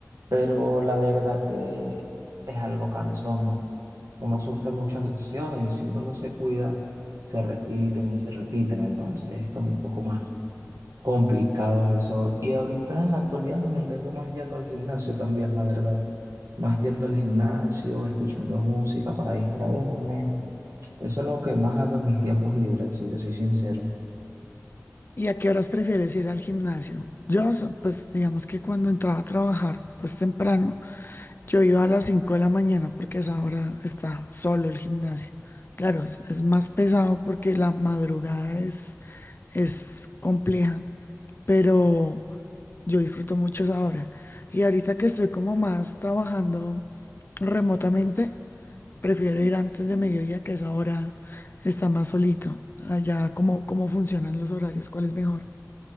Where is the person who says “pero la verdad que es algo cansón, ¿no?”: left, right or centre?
Right